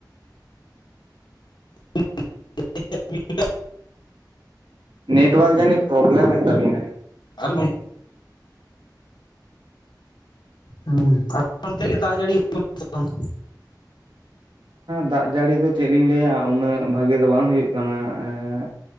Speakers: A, on the left; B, on the right.
A: <inaudible>
B: ᱱᱮᱴᱣᱚᱨᱠ ᱡᱟᱱᱤᱡ ᱯᱨᱳᱚᱵᱞᱮᱢ ᱮᱫ ᱛᱟᱵᱤᱱᱟ᱾
A: ᱟᱨ <inaudible> ᱦᱮᱸ ᱟᱯᱮ ᱚᱱᱛᱮ ᱜᱮ ᱫᱟᱜ ᱡᱟᱹᱲᱤ ᱦᱩᱭᱩᱜ ᱠᱟᱱ ᱥᱮ ᱵᱟᱝ᱾
B: ᱫᱟᱜ ᱡᱟᱹᱲᱤ ᱫᱚ ᱪᱮᱫ ᱞᱤᱧ ᱞᱟᱹᱭᱟ ᱩᱱᱟᱹᱜ ᱵᱷᱟᱜᱤ ᱫᱚ ᱵᱟᱝ ᱦᱩᱭᱩᱜ ᱠᱟᱱᱟ ᱮᱸ᱾